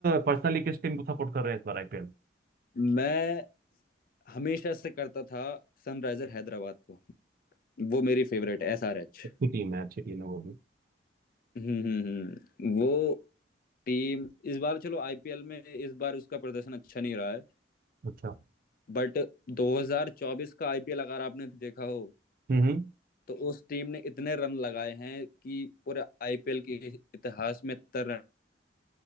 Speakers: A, on the right; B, on the left.
A: पर्सनली किस टीम को सपोर्ट कर रहे हैं इस बार आईपीएल
B: मैं हमेशा से करता था सनराइजर हैदराबाद को वो मेरी फेवरेट एस आर एच
A: अच्छी टीम है अच्छी टीम है वो भी
B: हम्म हम्म, हम्म। वो टीम इस बार चलो आईपीएल में इस बार उसका प्रदर्शन अच्छा नहीं रहा है
A: अच्छा
B: बट 2024 का आईपीएल अगर आपने देखा हो
A: हम्म हम्म।
B: तो उस टीम ने इतने रन लगाए हैं कि पूरे आईपीएल के इतिहास में इतना